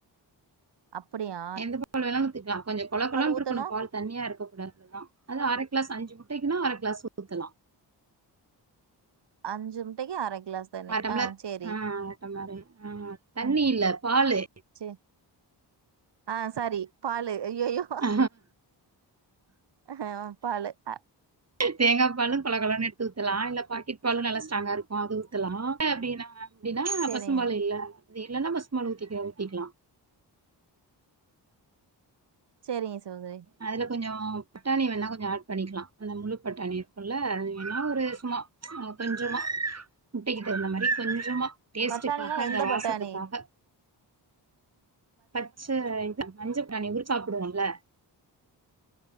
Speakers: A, on the right; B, on the right.
A: அப்படியா
B: எந்த பாலு வேணா ஊத்திக்கலா கொஞ்சோ கொல கொலன்ருக்கணு
A: ஊத்தணும்?
B: பால் தண்ணியா இருக்க கூடாது அதா அது அர கிளாஸ் அஞ்சு முட்டைக்குன்னா அர கிளாஸ் ஊத்தலா
A: அஞ்சு முட்டைக்கு அர கிளாஸ் தண்ணி.
B: அர ட்ம்லர்
A: ஆ சரி.
B: ஆ அர ட்ம்லர் அர ஆ தண்ணி
A: ம்.
B: இல்ல பாலு
A: சரி. ஆ சாரி பாலு ஐயயோ
B: ஆ
A: ஹ பாலு அ
B: தேங்கா பாலு கொலக்கொலனு எடுத்து க்கலா இல்ல பாக்கெட் பாலு நல்லா ஸ்ட்ராங்கா இருக்கு அது ஊத்தலா அப்டின்னா அப்டின்னா
A: சேரிங்க
B: பசு பாலு இல்ல அது இல்லன்னா பசு பாலு ஊத்திக்க ஊத்திக்கலா
A: சேரிங்க சகோதிரி
B: அதுல கொஞ்சோ பட்டாணி வேணா கொஞ்சோ ஆட் பண்ணிக்கலா அந்த முழுப்பட்டாணி இருக்குள்ள அது வேணா ஒரு சும்மா அ கொஞ்சமா முட்டைக்கு தகுந்த மாரி கொஞ்சமா டேஸ்ட்டுக்காக
A: பட்டாணினா எந்த
B: அந்த வாசத்துக்காக
A: பட்டாணி
B: பச்ச இது மஞ்ச பிரநானி உருச் சாப்புடுவோல